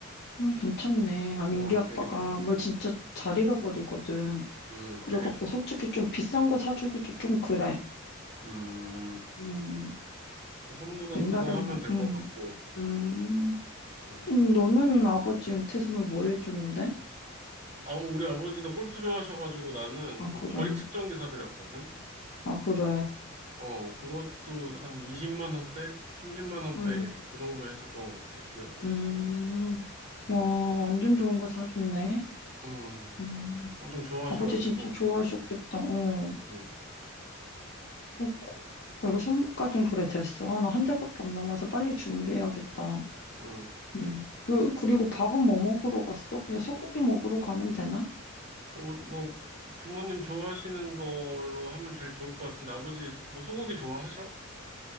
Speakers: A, on the left; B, on the right.
A: 음, 괜찮네. 아니,
B: 음
A: 우리 아빠가
B: 되게 좋아.
A: 뭘 진짜 잘 잃어버리거든.
B: 음
A: 그래갖고
B: 되게 좋아.
A: 솔직히 좀 비싼 거 사주기도 좀 그래.
B: 음
A: 음,
B: 선물은
A: 옛날에
B: 그거
A: 뭐,
B: 하면 될
A: 음,
B: 것 같고.
A: 음.
B: 음.
A: 음, 너는 아버지 은퇴 선물 뭐 해줬는데?
B: 아, 우리 아버지도 골프 좋아하셔가지고 나는
A: 아,
B: 그
A: 그래.
B: 거리 측정기 사드렸거든.
A: 아, 그래.
B: 어, 그것도 한 20만 원대, 30만 원대
A: 음,
B: 그 정도 했었던 것 같아, 기억에.
A: 음. 와,
B: 음,
A: 완전 좋은 거 사줬네.
B: 음,
A: 음.
B: 엄청 좋아하셔가지고,
A: 아버지 진짜 좋아하셨겠다. 어.
B: 음,
A: 어, 고- 내가 선물까진 그래 됐어. 아, 나 한 달밖에 안 남아서 빨리 준비해야겠다.
B: 음.
A: 음. 그 그리고 밥은 뭐 먹으러 갔어? 그냥 소고기 먹으러 가면 되나?
B: 어, 뭐 부모님 좋아하시는 걸로 하면 제일 좋을 것 같은데 아버지 뭐 소고기 좋아하셔?